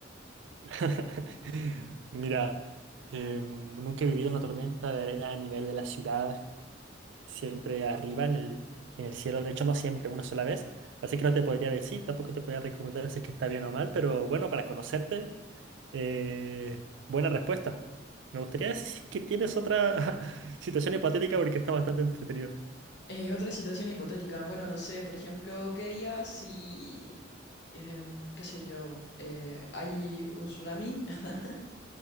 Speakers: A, on the right (about 70°); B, on the left (about 65°).
A: <laughs> Mira, em, nunca he vivido una tormenta de arena a nivel de la ciudad, siempre arriba en el, en el cielo, de hecho no siempre, una sola vez, así que no te podría decir, tampoco te podría recomendar si es que está bien o mal, pero bueno, para conocerte, eh, buena respuesta. Me gustaría decir que tienes otra <laughs> situación hipotética porque está bastante entretenido.
B: Eh, otra situación hipotética. Bueno, no sé, por ejemplo, ¿qué harías si, em, qué sé yo, eh, hay un tsunami? <laughs>